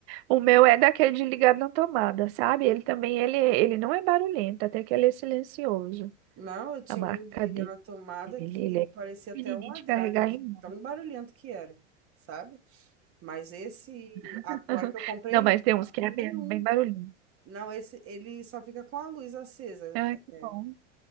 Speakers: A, on the right; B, on the right.
A: O meu é daquele de ligado na tomada, sabe? Ele também, ele, ele não é barulhento, até que ele é silencioso,
B: Não, eu tinha
A: a marca
B: um de ligar
A: dele.
B: na tomada
A: Ele
B: que
A: é
B: parecia
A: pequenininho
B: até uma
A: de
B: draga,
A: carregar
B: de
A: em mão.
B: tão barulhento que era, sabe? Mas esse
A: <laughs>
B: agora que eu comprei,
A: Não, mas
B: não tem
A: tem uns
B: barulho
A: que é bem,
B: nenhum.
A: bem barulhento.
B: Não, esse ele só fica com a luz acesa,
A: Ah, que
B: é,
A: bom.